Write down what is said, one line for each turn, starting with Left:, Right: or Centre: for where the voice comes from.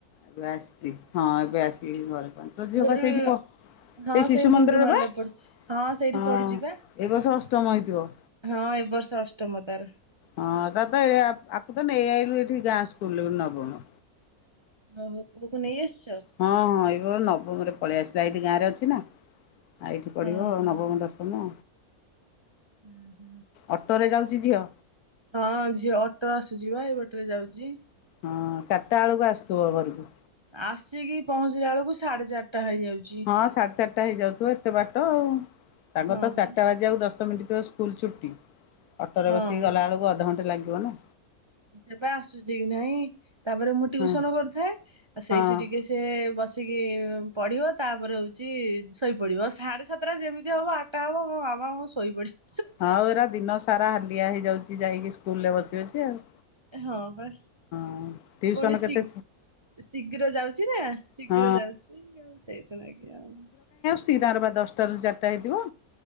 Left: ଏବେ ଆସିଛି ହଁ ଏବେ ଆସିକି ଘରେ ପ ତୋ
Right: ପୁଅର
Left: ଝିଅ ବା ସେଇଠି ପ
Right: ହଁ
Left: ସେଇ ଶିଶୁ
Right: ମୁଣ୍ଡୁ
Left: ମନ୍ଦିର
Right: ମାରିଲେ
Left: ବା ହଁ
Right: ପଡୁଛି ସେଇଠି ପଡୁଛି
Left: ଏ
Right: ବା।
Left: ବର୍ଷ ଅଷ୍ଟମ ହେଇଥିବ।
Right: ହଁ ଏ ବର୍ଷ ଅଷ୍ଟମ ତାର।
Left: ହଁ ତା ତ ଏ ଆ ଆକୁ ତ ନେଇ ଆଇଲୁ ଏଠି ଗାଁ ସ୍କୁଲ କୁ ନବମ।
Right: ଓହୋ ପୁଅକୁ ନେଇ ଆସିଛ।
Left: ହଁ ହଁ ଏଇବ ନବମ ରେ ପଳେଇଆସିଲା ଏଇଠି ଗାଁରେ ଅଛି ନା। ଆ ଏଇଠି ପଢିବ
Right: ଓହୋ
Left: ନବମ ଦଶମ।
Right: ହୁଁ ହୁଁ।
Left: ଅଟୋରେ ଯାଉଛି ଝିଅ।
Right: ହଁ ଝିଅ ଅଟୋ ଆସୁଛି ବା ଏ ବାଟରେ ଯାଉଛି।
Left: ହଁ ଚାରିଟା ବେଳକୁ ଆସୁଥିବ ଘରକୁ?
Right: ଆସିକି ପହଞ୍ଚିଲା ବେଳକୁ ସାଢେ ଚାରିଟା ହେଇଯାଉଛି।
Left: ହଁ ସାଢେ ଚରିଟା ହେଇଯାଉଥିବ ଏତେ ବାଟ ଆଉ ତାଙ୍କର
Right: ହଁ
Left: ତ
Right: ବା
Left: ଚାରିଟା ବାଜ ଯାକୁ ଦଶ ମିନିଟ ଥିବ ସ୍କୁଲ ଛୁଟି ଅଟୋରେ
Right: ହଁ।
Left: ବସିକି ଗଲା ବେଳକୁ ଅଧଘଣ୍ଟେ ଲାଗିବ ନା?
Right: ସେବା ଆସୁଛି କି ନାଇଁ ତାପରେ ମୁଁ ଟିଉସନ
Left: ହଁ
Right: କରିଥାଏ ଆଉ ସେଇଠି
Left: ହଁ।
Right: ଟିକେ ସେ ବସିକି ପଢ଼ିବ ତାପରେ ହେଉଛି ଶୋଇପଡ଼ିବ ସାଢ଼େ ସାତଟା ଯେମିତି ହେବ ଆ ଟା ହବ ମ ମାମା ମୁଁ ଶୋଇ ପଡ଼ିବି।
Left: ହଁ ପରା ଦିନ ସାରା ହାଲିଆ ହେଇଯାଉଛି ଯାଇକି ସ୍କୁଲ ରେ ବସି ବସି ଆଉ।
Right: ହଁ ବା।
Left: ହଁ ଟିୟୁସନ
Right: ପୁଣି ଶୀ
Left: କେତେ
Right: ଶୀଘ୍ର ଯାଉଛି ନା ଶୀଘ୍ର
Left: ହଁ
Right: ଯାଉଛି ଆଉ ସେଇଥି ନାଗି ଆଉ।
Left: ଚି ତାଙ୍କର ବା ଦଶଟାରୁ ଚାରିଟା ହେଇଥିବ?